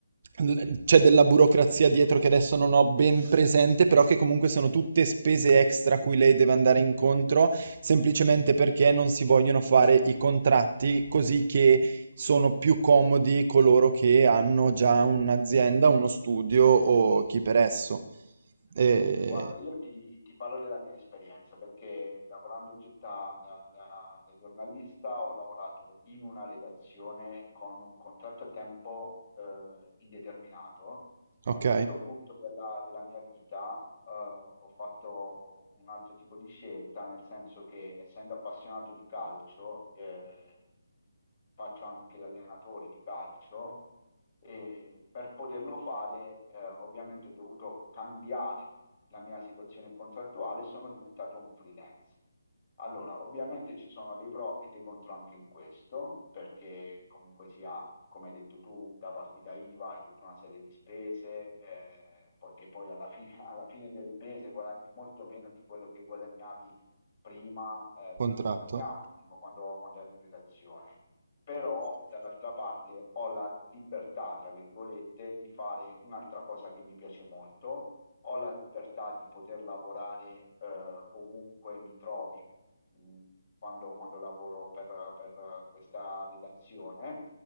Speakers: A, on the right; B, on the left.
A: l- c'è della burocrazia dietro che adesso non ho ben presente, però che comunque sono tutte spese extra a cui lei deve andare incontro, semplicemente perché non si vogliono fare i contratti così che sono più comodi coloro che hanno già un'azienda, uno studio o chi per esso. Eh,
B: Guarda, io ti, ti parlo della mia esperienza perché lavorando gi- da, da- da- da giornalista ho lavorato in una redazione con un contratto a tempo eh, indeterminato. A
A: ok,
B: un certo punto della, della mia vita eh, ho fatto un altro tipo di scelta, nel senso che essendo appassionato di calcio, eh, faccio anche l'allenatore di calcio e per poterlo fare, eh, ovviamente ho dovuto cambiare la mia situazione contrattuale e sono diventato un freelance. Allora, ovviamente ci sono dei pro e dei contro anche in questo, perché comunque sia, come hai detto tu, da partita IVA hai tutta una serie di spese, eh, poiché poi alla fine, <laughs> alla fine del mese guadagni molto meno di quello che guadagnavi prima, eh,
A: contratto.
B: che guadagnavo prima quando, quando ero in redazione però dall'altra parte ho la libertà, tra virgolette, di fare un'altra cosa che mi piace molto, ho la libertà di poter lavorare eh, ovunque mi trovi mh, quando, quando lavoro per, per questa redazione.